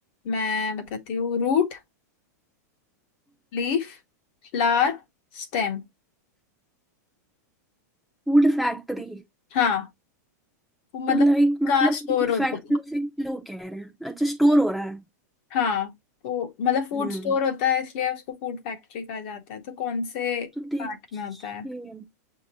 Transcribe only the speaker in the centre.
वुड फैक्ट्री
तो लाइक मतलब
फूड फैक्ट्री
से क्यों कह रहे हैं अच्छा स्टोर हो रहा है
हम्म
तो देखिए